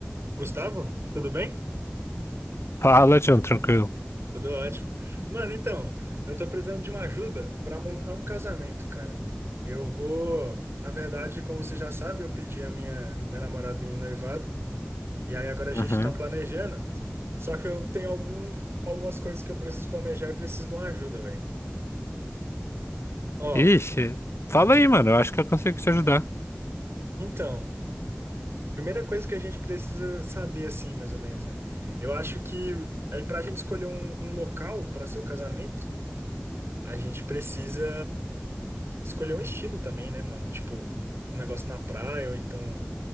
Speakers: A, on the right; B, on the left.
A: Gustavo, tudo bem?
B: Fala, John, tranquilo.
A: Tudo ótimo. Mano, então, eu tô precisando de uma ajuda pra montar um casamento, cara. Eu vou, na verdade, como você já sabe, eu pedi a minha, minha namorada em noivado, e aí agora a
B: Uhum.
A: gente tá planejando. Só que eu tenho algum, algumas coisas que eu preciso planejar e preciso de uma ajuda, velho. Ó,
B: Ixi, fala aí, mano. Eu acho que eu consigo te ajudar.
A: então, primeira coisa que a gente precisa saber, assim, mais ou menos, né? Eu acho que é pra gente escolher um, um local para seu casamento, a gente precisa. escolher um estilo também, né, mano? Tipo, um negócio na praia, ou então.